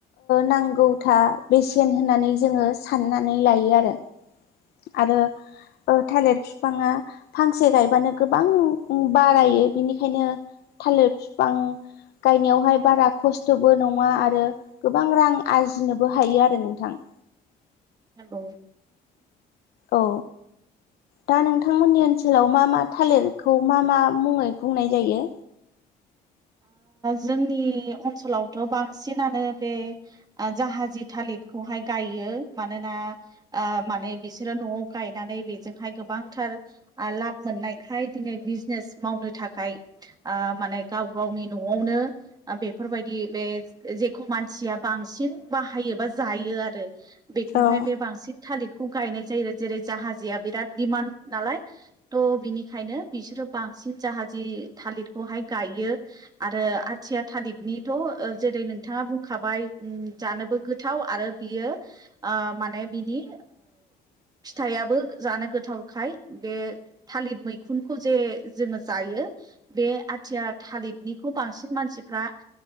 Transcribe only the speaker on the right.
औ।
जोंनि ओनसोलावथ' बांसिनानो बे जाहाजि थालिर बेखौहाय गायो मानोना माने बिसोरो न'आव गायनानै बेजोंहाय गोबां थार लाब मोननायखाय दिनै बिजनेस मावनो थाखाय माने गाव गावनि न'आवनो बेफोरबायदि बे जेखौ मानसिया बांसिन बाहायो जायो आरो बेखौहाय
बे बांसिन थालिरखौ गायनाय जायो जेरै जाहाजिआ बिराद दिडिमान्ड नालाय त' बिनिखायनो बिसोरो बांसिन जाहाज थालिरखौहाय गायो आरो आथिया थालिरनिथ' जेरै नोंथाङा बुंखाबाय जानो गोथाव आरो बियो माने बिनि फिथाइयाबो जानो। गोथावखाय बे थालिर मैखुनखौ जे जोङो जायो बे आ थिया थालिरनिखौ बांसिन मानसिफ्रा